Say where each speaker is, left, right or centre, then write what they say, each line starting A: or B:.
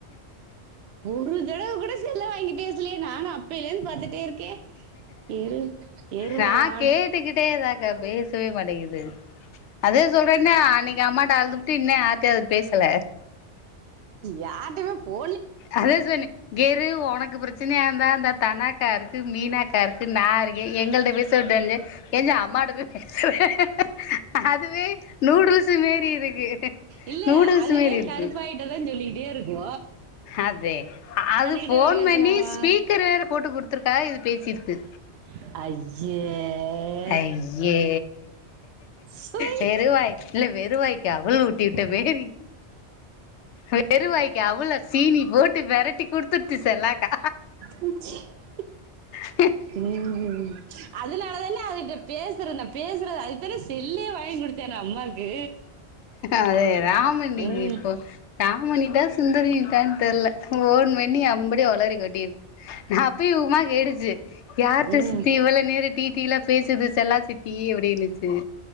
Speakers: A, on the right; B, on the left.
A: ஒரு தடவ கூட செல்லு வாங்கி பேசலையே நானு அப்பைலேந்து பாத்துட்டே இருக்கே எரு எருமமா
B: நா கேட்டுக்கிட்டே தாக்கா பேசவே மாட்டேங்குது அதே சொல்றேன்னே அன்னைக்கு அம்மாட்ட அழுதுபுட்டு இன்னு யார்டேயு அது பேசல
A: யாிட்டயுமே ஃபோ
B: அதே சொன்ன இங்கேரு ஒனக்கு பிரச்சனையா இருந்தா இந்த தனா க்கா இருக்கு மீனாக்கா இருக்கு நா இருக்கே எங்கள்ட்ட பேச வுட்டு வந்து எந்த அம்மாட்ட போய் <unintelligible> அதுவே நூடுல்ஸ் மேரி இருக்கு
A: இல்ல
B: நூடுல்ஸ்
A: அதுவே
B: மாரி இருக்கு
A: கருப்பாயிட்டதா சொல்லிக்ட்டே இருக்கு
B: அதே அது
A: அதுகிட்ட
B: ஃபோன்
A: போய் பேசலாமா
B: பண்ணி ஸ்பீக்கர் வேற போட்டு குத்துருக்காக இது பேசிருக்கு
A: அய்யே
B: அய்யே
A: சொய்
B: வெறுவாய் இல்ல வெறுவாய் க்கி அவலு ஊட்டி உட்ட மேரி வெறுவாய்க்கு அவல சீனி போட்டு பெரட்டி குடுத்துடுச்சு செல்லாக்கா
A: <unintelligible>
B: ஹ <inaudible>
A: ம் ஹு அதனால தான அதுகிட்ட பேசுற பேசுறது அதுகுத்தான செல் <unintelligible> வாங்கி குடுத்தேனா அம்மாக்கு
B: அதே ராமனி
A: ம்
B: இப்போ ராமணிட்டா சுந்தரின் டைம் தெர்ல ஃபோன் பண்ணி அம்படியே ஒளரி கொட்டிருக்கு நா அப்பயே உமாக் கேட்டுச்சு யாரிட்ட
A: ம்
B: சித்தி இவ்வளோ நேர டீ தீலா பேசுது செல்லா சித்தி அப்படின்னுச்சு